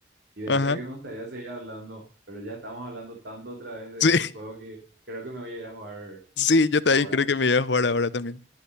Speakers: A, on the right; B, on the left.
A: Y de
B: Ajá.
A: hecho que me gustaría seguir hablando, pero ya estamos hablando tanto otra vez de
B: Sí,
A: este juego que creo que me voy a ir a jugar
B: <laughs> sí, yo también
A: ahora.
B: creo que me voy a jugar ahora también.